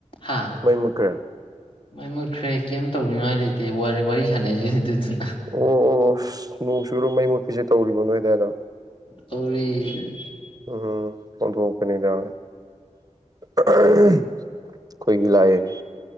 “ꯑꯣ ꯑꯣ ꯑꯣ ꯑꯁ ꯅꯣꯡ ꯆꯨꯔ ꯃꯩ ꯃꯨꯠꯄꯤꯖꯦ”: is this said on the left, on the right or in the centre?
Right